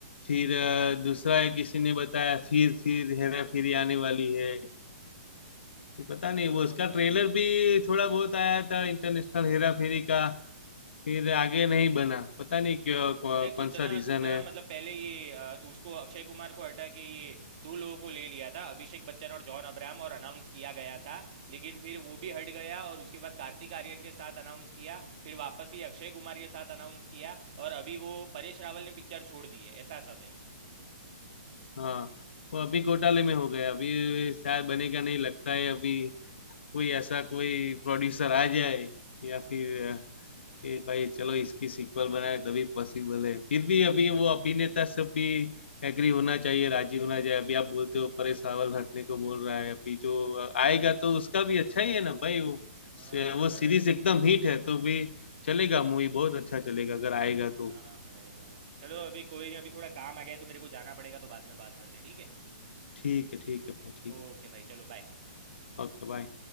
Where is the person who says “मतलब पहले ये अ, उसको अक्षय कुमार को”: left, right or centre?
Right